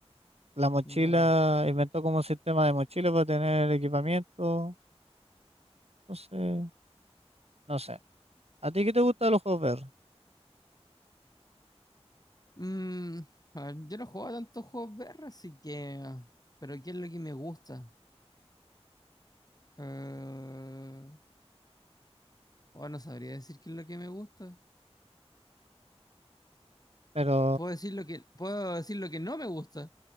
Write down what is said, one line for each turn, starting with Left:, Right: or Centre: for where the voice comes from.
Right: La mochila
Left: Ya.
Right: inventó como un sistema de mochila para tener equipamiento. Entonces, no sé. ¿A ti qué te gusta de los juegos VR?
Left: Mm, a ver, yo no juego a tantos juegos VR, así que... Pero ¿qué es lo que me gusta? Eh, oh, no sabría decir qué es lo que me gusta.
Right: Pero,
Left: Puedo decir lo que, puedo decir lo que no me gusta.